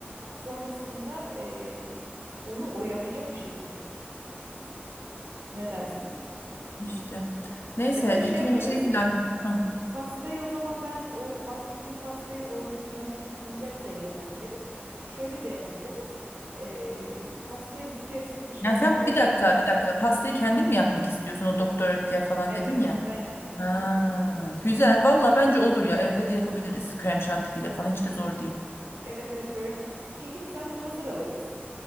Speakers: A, on the right (about 80°); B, on the left (about 70°).
A: Sonrasında ee, onu oyalayacak bir şey buluruz. Ne dersin?
B: İşte. Neyse
A: Ya da bir şey
B: ilk
A: yaparız.
B: önce şey plan. Hı.
A: Pastayı o zaman ben o bahsettiğim pastayı onun yanına gittiğimde de yapabilirim. Şöyle de yapabiliriz. Ee, pastayı bu kez dışarıdan
B: Yani sen
A: ya
B: bir dakika
A: da
B: bir dakika pastayı kendin mi yapmak istiyorsun? O Doktor Ötker falan
A: evet
B: dedin ya.
A: onu ben yapmak istiyorum.
B: Ha, güzel. Valla bence olur ya evde de yapabiliriz. Krem şantiyle falan hiç de zor değil.
A: Evet evet böyle ha- kekini zaten hazır alırız.